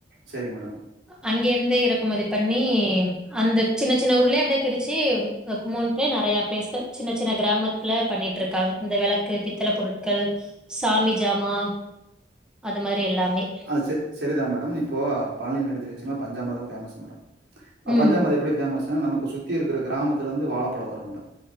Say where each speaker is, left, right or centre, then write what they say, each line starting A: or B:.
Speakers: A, on the right (about 75°); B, in the centre.
A: சேரிங்க மேடம்
B: அங்கே இருந்தே இறக்குமதி பண்ணி அந்த சின்ன சின்ன ஊர்லே அப்டே கெடச்சி கும்மோன்க்கே நறையா பிளேஸ்ல சின்ன சின்ன கிராம த்தில பண்ணிட்டுருக்காங்க இந்த வெளக்கு பி த்தல பொருட்கள் சாமி ஜாமா அது மாரி எல்லாமே
A: செ செரிதா மேடம் இப்போ பழனில எடுத்து வச்சிங்கனா பஞ்சாமிர்தோ பேமஸ் மேடம்
B: ம்
A: பஞ்சாமி எப்டி ஃபேமஸ்னா நமக்கு சுத்திருக்கிற கிராமத்துல வந்து வாழப்பழம் வரு மேடம்